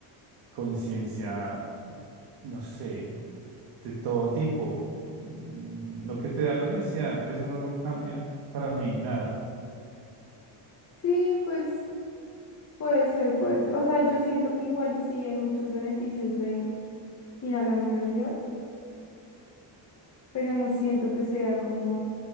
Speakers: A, on the right; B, on the left.
A: conciencia, no sé, de todo tipo. Mm, Lo que te da la universidad, eso no lo cambia para mí nada.
B: Sí, pues puede ser, pues. O sea, yo siento que igual sí hay muchos beneficios de ir a la universidad pero no siento que sea como